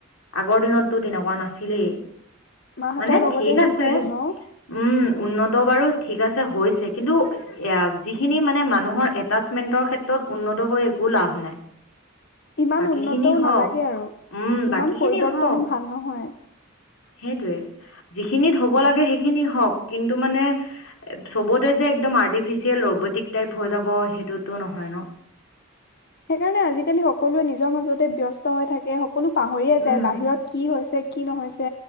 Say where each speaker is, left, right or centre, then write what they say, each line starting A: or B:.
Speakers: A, on the left; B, on the left.
A: আগৰ দিনততো তেনেকুৱা নাছিলেই
B: মাহঁতৰ
A: মানে
B: লগতে
A: ঠিক
B: শুইছিলো
A: আছে।
B: ন
A: উম উন্নত বাৰু ঠিক আছে। হৈছে কিন্তু এ যিখিনি। মানে মানুহৰ এটাচমেন্টৰ ক্ষেত্ৰত উন্নত হৈ একো লাভ নাই।
B: ইমান
A: বাকীখিনি
B: উন্নতও
A: হওক
B: নালাগে আৰু
A: উম বাকীখিনি
B: ইমান পৰিৱৰ্তনো
A: হওক
B: ভাল নহয়।
A: সেইটোৱে যিখিনিত হ'ব লাগে। সেইখিনি হওঁক কিন্তু মানে সবতে যে একদম আৰ্টিফিচিয়েল ৰবটিক। টাইপ হৈ যাব সেইটোতো নহয় ন।
B: সেইকাৰণে আজিকালি সকলোৱে নিজৰ মাজতে ব্যস্ত হৈ থাকে। সকলো পাহৰিয়ে যায়
A: উম
B: বাহিৰত কি হৈছে। কি নহৈছে